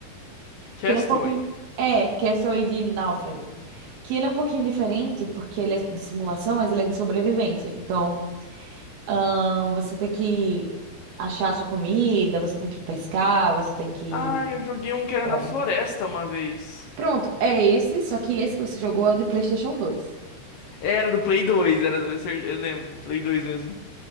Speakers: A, on the left (about 75°); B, on the right (about 65°).
A: Castaway.
B: Que ele é um pouquinho... É, Castaway de Náufrago. Que ele é um pouquinho diferente, porque ele é de simulação, mas ele é de sobrevivência. Então... Ahn, você tem que achar a sua comida, você tem que pescar, você tem que.
A: Ah, eu joguei um que era
B: sabe?
A: na floresta uma vez.
B: Pronto, é esse, só que esse que você jogou é o de PlayStation dois
A: Era do Play 2, era do, eu lembro, do Play 2 mesmo.